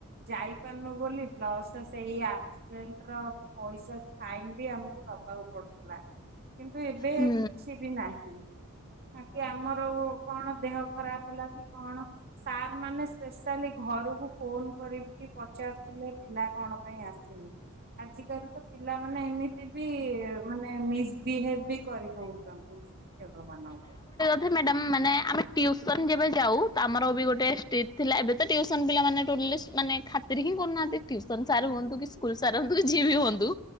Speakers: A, on the right; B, on the left.
A: ଯାଇପାରୁନୁ ବୋଲି, ପ୍ଲସ୍ ସେଇ ଆବ୍ ସେଣ୍ଟ ର ପଇସା ଫାଇନ୍ ବି ଆମକୁ ଦବାକୁ ପଡୁଥିଲା। କିନ୍ତୁ, ଏବେ
B: ହୁଁ।
A: କିଛି ବି ନାହିଁ। ଆଗେ ଆମର ଓ କଣ ଦେହ ଖରାପ ହେଲା କି କଣ? ସାର୍ ମାନେ ସ୍ପେଶାଲି ଘରକୁ ଫୋନ୍ କରିକି ପଚାରୁଥିଲେ, ପିଲା କଣ ପାଇଁ ଆସ୍ <inaudible> ଆଜିକାଲି ତ ପିଲାମାନେ ଏମିତି ବି ମାନେ ମିସ୍ ବିହେବ ବି କରିଦଉଚନ୍ତି, ଶିକ୍ଷକ ମାନଙ୍କୁ।
B: ମ୍ୟାଡ଼ାମ୍ ମାନେ ଆମେ ଟ୍ୟୁସନ୍ ଯେବେ ଯାଉ, ତ ଆମର ବି ଗୋଟେ ଷ୍ଟିଟ୍ ଥିଲା, ଏବେ ତ ଟ୍ୟୁସନ୍ ପିଲା ମାନେ ଟୋଟ୍ଲି ଶୁ ମାନେ ଖାତିରେ ହିଁ କରୁନାହାଁନ୍ତି, ଟ୍ୟୁସନ୍ ସାର୍
A: ହୁଁ
B: ହୁଅନ୍ତୁ
A: ହୁଁ
B: କି ସ୍କୁଲ
A: ହୁଁ।
B: ସାର ହୁଅନ୍ତୁ ଯିଏବି ହୁଅନ୍ତୁ,